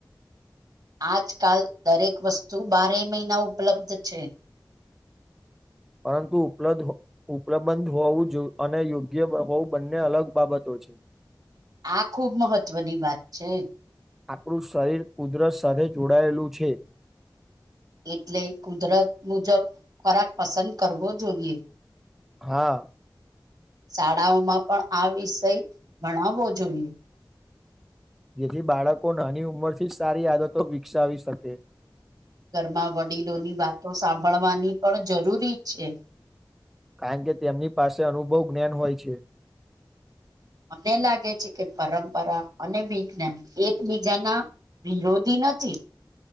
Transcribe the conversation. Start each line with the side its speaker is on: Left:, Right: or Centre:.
Right: આજકાલ દરેક વસ્તુ બારે મહિના ઉપલબ્ધ છે.
Centre: પરંતુ ઉપલબ્ હ ઉપલબંદ હોવું અને યોગ્ય હોવું બંને અલગ બાબતો. છે.
Right: આ ખુબ મહત્વની વાત છે.
Centre: આપણું શરીર કુદરત સાથે જોડાયેલું છે.
Right: એટલે કુદરત મુજબ ખોરાક પસંદ કરવો જોઈએ.
Centre: હા.
Right: શાળાઓમાં પણ આ વિષય ભણાવવો જોઈએ.
Centre: જેથી બાળકો નાની ઉંમરથી સારી આદતો વિકસાવી શકે.
Right: ઘરમાં વડીલોની વાતો સાંભળવાની પણ જરૂરી છે.
Centre: કારણ કે તેમની પાસે અનુભવ જ્ઞાન હોય છે.
Right: મને લાગે છે કે પરંપરા અને વિજ્ઞાન એકબીજાના વિરોધી નથી.